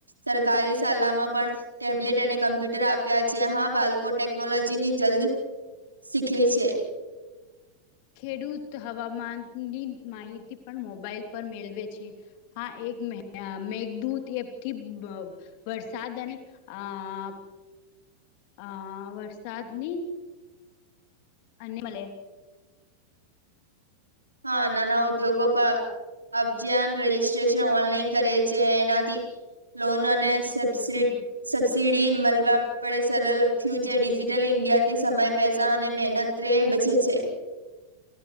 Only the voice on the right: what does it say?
સરકારી શાલામાં પણ. ટેબ્લેટ અને કમ્પ્યુટર આપ્યા છે હા બાળકો ટેકનોલોજીની જલ્દ શીખે છે.
હા નાના ઉદ્યોગોપ. અફજન રજીસ્ટ્રેશન ઓનલાઈન કરે છે એનાથી. લોન અને સબસીડી. સબસીિડી મળવા પડે સરળ થયું છે ડિજિટલ ઇન્ડિયા થી સમય પેસા અને મહેનત. રે બજે છે.